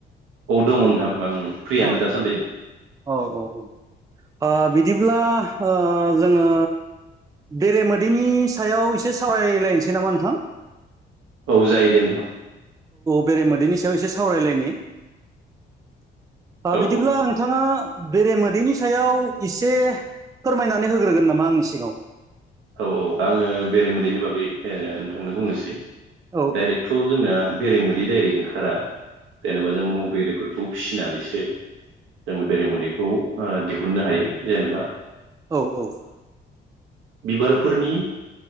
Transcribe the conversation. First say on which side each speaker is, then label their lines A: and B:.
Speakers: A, on the right; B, on the right.
A: औ दङ नोंथां आं फ्रियानो
B: औ
A: दासान्दि।
B: औ औ औ ।ओ बिदिब्ला ओ जोङो बेरेमोदैनि सायाव एसे सावरायलायनोसै नामा नोंथां
A: औ जायो दे नोंथां।
B: बेरे मोदैनि सायाव एसे सावरायलायनि।
A: औ
B: बिदिब्ला नोंथाङा बेरेमोदैनि सायाव एसे फोरमायनानै होग्रोगोन नामा आंनि सिगाङाव
A: औ औ आङो बेरेमोदैनि बागै नोंथांनो बुंनोसै।
B: औ
A: दाइरेकथ' जोंना बेरायेमोदै दाइरेक ओंखार खारा। जेनेबा जों मौ बेरिफोरखौ फिसिनानैसो जोङो बेरे मोदैखौ ओ दिहुननो हायो जेनेबा
B: औ औ।
A: बिबारफोरनि